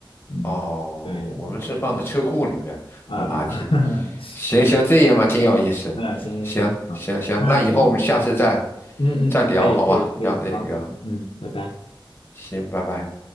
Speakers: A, on the left; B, on the left.
A: 嗯，
B: 哦，
A: 对对对，
B: 我们是放在车库里面把垃圾。
A: 所以啊啊啊，
B: 行行，这样嘛，挺有意思。
A: <laughs> 嗯，行行行，
B: 行行行，
A: 好，那今
B: 那以后我们下次再
A: 嗯嗯嗯，
B: 再聊，
A: 可以可以可以，
B: 好吧？聊这个，
A: 好好，嗯，拜拜。
B: 行，拜拜。